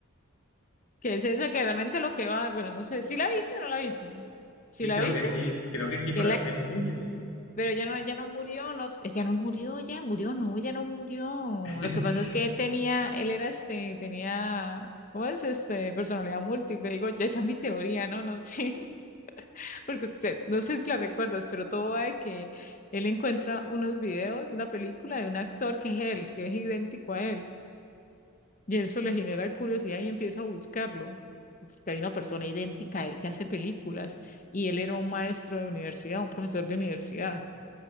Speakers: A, on the left (about 35°); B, on the left (about 70°).
A: Que es esa que realmente lo que va. Bueno, no sé, si la viste o no la viste? Si
B: Sí,
A: la
B: creo
A: viste,
B: que sí, creo que sí,
A: que
B: pero
A: es la
B: hace
A: que.
B: mucho.
A: Pero ella no, ella no murió, no, s- ella no murió, ella murió, no, ella no murió.
B: <laughs>
A: Lo que pasa es que él tenía, él era este, tenía, ¿cómo es? Este, personalidad múltiple. Digo, ya esa es mi teoría, ¿no? No sé, <laughs> porque usted- no sé si la recuerdas, pero todo va de que él encuentra unos videos, una película de un actor que es él, que es idéntico a él. Y eso le genera curiosidad y empieza a buscarlo, porque hay una persona idéntica a él que hace películas y él era un maestro de universidad, un profesor de universidad.